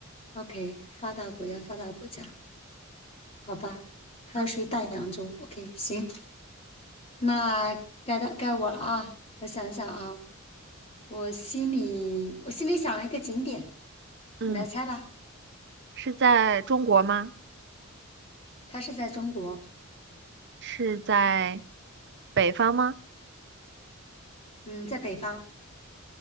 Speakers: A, on the left; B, on the right.
A: ，OK，发达国家，发达国家，好吧，它属于大洋洲，OK，
B: 嗯
A: 行，那该到该我了啊，我想想啊，我心里我心里想了一个景点，
B: 嗯，
A: 你来猜吧，
B: 是在中国吗？
A: 它是在中国，
B: 是在北方吗？
A: 嗯，在北方，